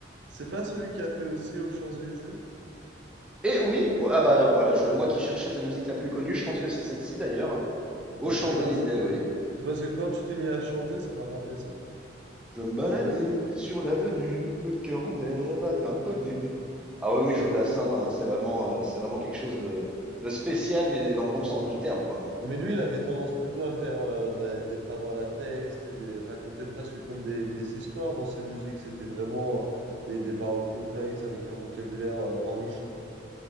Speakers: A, on the right; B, in the centre.
A: C'est pas celui qui a fait aussi aux Champs-Élysées?
B: Et oui, vo- ah bah voilà, je, moi qui cherchais sa musique la plus connue, je pense que c'est celle-ci d'ailleurs,
A: Ah Bah,
B: aux Champs-Élysées,
A: tu vois, c'est
B: oui.
A: c'est parce que quand tu t'es mis à chanter, ça m'a rappelé ça.
B: Je me baladais sur l'avenue, le cœur ouvert à l'inconnu. Ah oui,
A: C'est
B: oui, Jodassin, euh, c'est vraiment, euh, c'est vraiment quelque chose de, de spécial, mais dans le bon sens du terme, quoi.
A: Mais lui, il avait tendance plutôt à faire euh, des, des paroles à texte et des, raconter presque comme des, des histoires dans ses musiques. C'était vraiment euh, des, des paroles complexes avec un vocabulaire euh, enrichi.